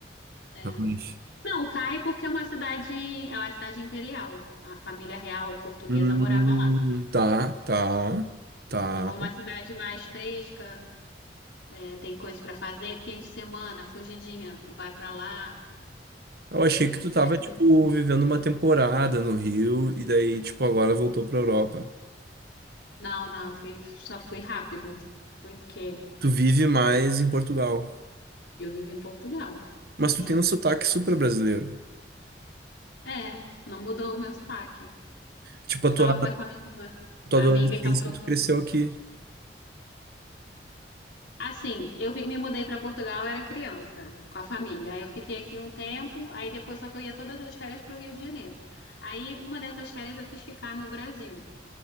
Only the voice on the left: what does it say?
É.
Não, cai porque é uma cidade, é uma cidade imperial. A família real portuguesa
morava lá.
Então, É uma cidade mais fresca, é, tem coisas para fazer, fim de semana, fugidinha, vai para lá.
Aí-
Não, não, eu fui, só fui rápido. Fui porque
Eu vivo em Portugal.
Sim.
É, não mudou o meu sotaque.
Eu
tava conversando com uma
amiga
que ela falou
que o
meu.
Assim, eu vi- me mudei para Portugal, eu era criança, com a família. Aí eu fiquei aqui um tempo, aí depois só que eu ia todas as férias para o Rio de Janeiro. Aí uma dessas férias eu quis ficar no Brasil.